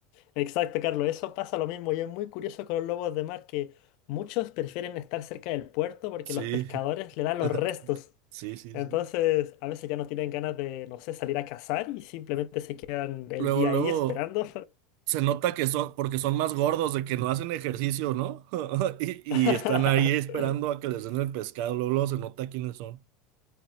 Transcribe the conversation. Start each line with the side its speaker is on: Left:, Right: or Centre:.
Left: Exacto, Carlos. Eso pasa lo mismo. Y es muy curioso con los lobos de mar que muchos prefieren estar cerca del puerto porque
Right: Sí,
Left: los pescadores le dan
Right: <laughs>
Left: los restos.
Right: sí, sí,
Left: Entonces,
Right: sí.
Left: a veces ya no tienen ganas de, no sé, salir a cazar y simplemente se quedan el
Right: Luego,
Left: día
Right: luego
Left: ahí esperando.
Right: se nota que son, porque son más gordos, de que no hacen ejercicio, ¿no? <laughs> Y,
Left: <laughs>
Right: y están ahí esperando a que les den el pescado. Luego, luego se nota quiénes son.